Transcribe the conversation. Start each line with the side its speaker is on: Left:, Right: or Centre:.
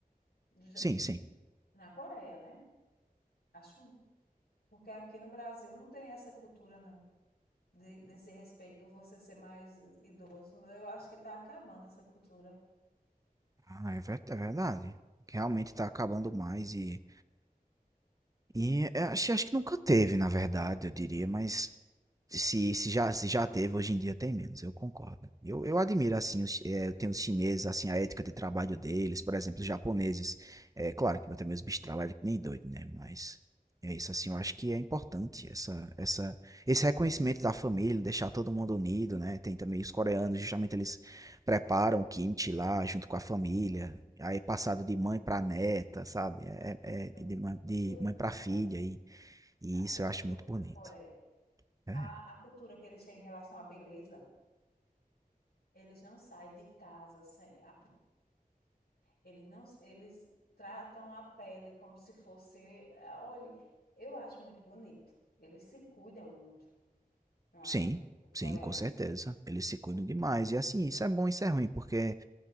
Left: do Ja-
Right: Sim, sim.
Left: na Coreia, né? Acho, porque aqui no Brasil não tem essa cultura, não, de, desse respeito por você ser mais idoso. Eu acho que está acabando essa cultura.
Right: Ah, é ver- é verdade. Realmente tá acabando mais e, e é, acho, acho que nunca teve, na verdade, eu diria, mas Se, se já, se já teve, hoje em dia tem menos, eu concordo. Eu, eu admiro, assim, os, eh, eu tenho os chineses, assim, a ética de trabalho deles, por exemplo, os japoneses. É claro que também os bichos trabalham que nem doido, né? Mas é isso, assim, eu acho que é importante essa, essa, esse reconhecimento da família, deixar todo mundo unido, né? Tem também os coreanos, justamente eles preparam o kimchi lá junto com a família, aí passado de mãe para neta, sabe? É, é de
Left: Muito
Right: mãe, de
Left: muito lindo,
Right: mãe para filha,
Left: não é?
Right: e, e
Left: As
Right: isso
Left: coisas
Right: eu acho
Left: do Co-
Right: muito bonito.
Left: da Coreia.
Right: É
Left: A, a cultura que eles têm em relação à beleza, eles não saem de casa sem. a- Eles não, eles tratam a pele como se fosse. ah, Olhe, eu acho muito bonito. Eles se cuidam muito, não
Right: Sim,
Left: é? Os
Right: sim,
Left: coreanos.
Right: com certeza. Eles se cuidam demais. E assim, isso é bom, isso é ruim, porque